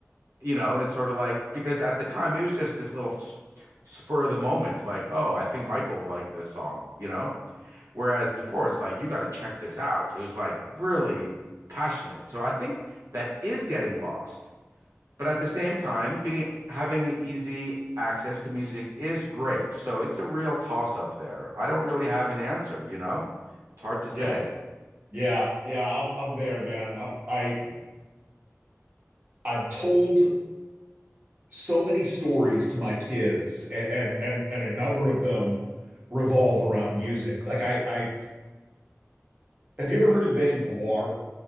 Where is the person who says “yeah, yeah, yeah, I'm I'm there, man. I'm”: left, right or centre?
Right